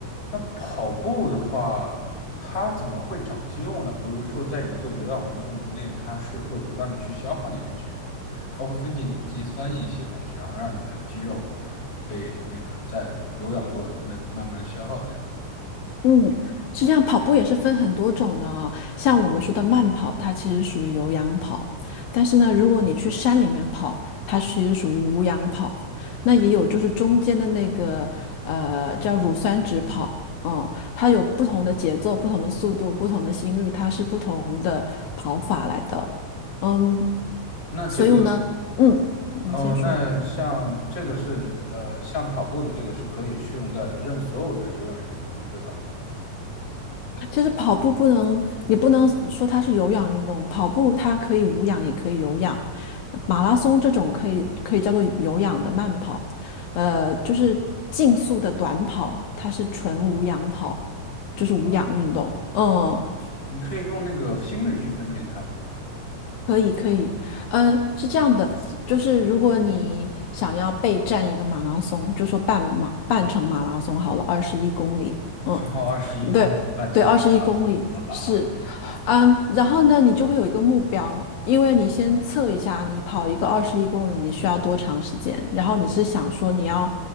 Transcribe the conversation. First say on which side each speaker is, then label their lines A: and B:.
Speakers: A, on the left; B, on the left.
A: 那跑步的话，它怎么会长肌肉呢？不是说在一个有氧运动内，它是会不断的去消耗你的肌肉吗？它会分解你的肌酸一些东西，然后让你的肌肉被那个在有氧过程中被慢慢消耗掉。
B: 嗯，是这样，跑步也是分很多种的啊。像我们说的慢跑，它其实属于有氧跑；但是呢，如果你去山里面跑，它其实属于无氧跑。那也有就是中间的那个呃叫乳酸值跑，嗯，它有不同的节奏、不同的速度、不同的心率，它是不同的跑法来的。嗯，
A: 那这个
B: 所以呢，嗯，你先说。
A: 哦，那像这个是呃，像跑步的这个是可以适用在任所有的有氧运动中，对吧？
B: 其实跑步不能，你不能说它是有氧运动，跑步它可以无氧也可以有氧，马拉松这种可以可以叫做有氧的慢跑，呃，就是竞速的短跑，它是纯无氧跑，就是无氧运动。
A: 哦，
B: 嗯，
A: 你可以用那个心率去分辨它们吗？
B: 可以可以，嗯，是这样的，就是如果你想要备战一个马拉松，就说半马半程马拉松好了，二十一公里，
A: <laughs>
B: 嗯，
A: 跑二十一公里半程，
B: 对。对，二十一公里是
A: <laughs> 哈哈哈哈。
B: 嗯，然后呢，你就会有一个目标，因为你先测一下，你跑一个二十一公里，你需要多长时间？然后你是想说你要，